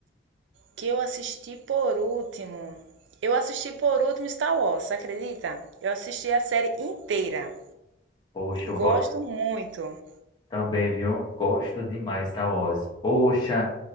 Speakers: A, on the right; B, on the left.
A: Que eu assisti por último. Eu assisti por último Star Wars, acredita? Eu assisti a série inteira.
B: Poxa, eu
A: Gosto
B: gosto
A: muito.
B: também, viu? Gosto demais Star Wars. Poxa,